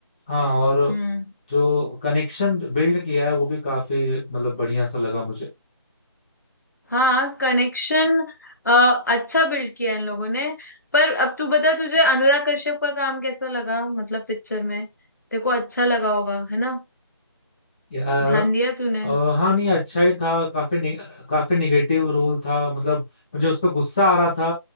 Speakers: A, on the left; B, on the left.
A: हाँ और
B: हम्म
A: जो कनेक्शन बिल्ड किया है वो भी काफी मतलब बढ़िया सा लगा मुझे
B: हाँ कनेक्शन अच्छा बिल्ड किया इन लोगों ने पर अब तू बता तुझे अनुराग कश्यप का काम कैसा लगा मतलब पिक्चर में देखो अच्छा लगा होगा है ना
A: यार
B: ध्यान दिया तूने
A: अ, हाँ नहीं अच्छा ही था काफी नि, काफी निगेटिव रोल था मतलब मुझे उस पर गुस्सा आ रहा था